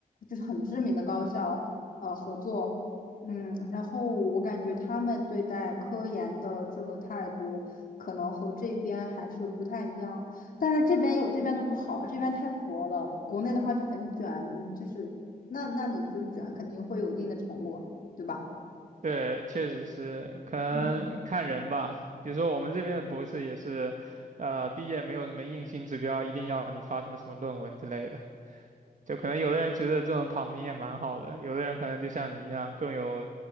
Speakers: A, on the left; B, on the right.
A: 就是很知名的高校呃合作，嗯，然后我感觉他们对待科研的这个态度，可能和这边还是不太一样，但是这边有这边的不好，这边太佛了，国内的话就很卷，你就是那那你就是卷肯定会有一定的成果，对吧？
B: <laughs> 对，确实是，可能看人吧。
A: 嗯。
B: 比如说我们这边的博士也是，呃，毕业没有什么硬性指标，一定要你发什么什么论文之类的。就可能有的人觉得这种躺平也蛮好的，有的人可能就像你一样更有